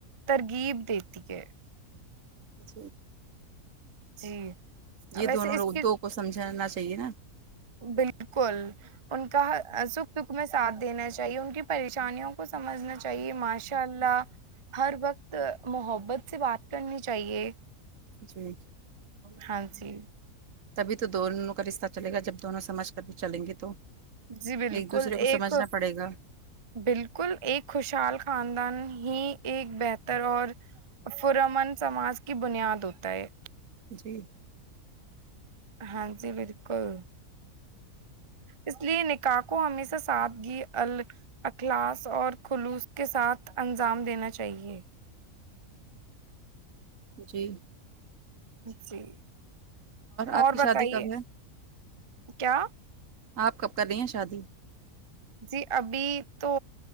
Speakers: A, on the right; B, on the right.
A: ترغیب دیتی ہے <unintelligible>
B: جی
A: جی
B: یہ
A: ویسے
B: دونوں
A: اس
B: ردوں
A: کے
B: کو سمجھ جنا چاہیے نا
A: بالکل ان کا سکھ دکھ میں ساتھ دینا چاہیے ان کی پریشانیوں کو سمجھنا چاہیے چاہے ماشاء اللہ ہر وقت محبت سے بات کرنی چاہیے
B: جی
A: ہاں جی
B: تبھی تو دونوں کا رشتہ چلے گا جب دونوں سمجھ کر بھی چلیں گے تو
A: جی بالکل
B: ایک دوسرے کو
A: ایک
B: سمجھنا پڑے گا
A: بالکل ایک خوشحال خاندان ہی ایک بہتر اور فرمن سماج کی بنیاد ہوتا ہے
B: جی
A: ہاں جی بالکل اس لیے نکاح کو ہمیشہ سادگی ال اخلاص اور خلوص کے ساتھ انجام دینا چاہیے
B: جی
A: جی
B: آپ
A: اور
B: کی شادی
A: بتائیے
B: کب ہے
A: کیا
B: آپ کب کر رہے ہیں شادی
A: جی ابھی تو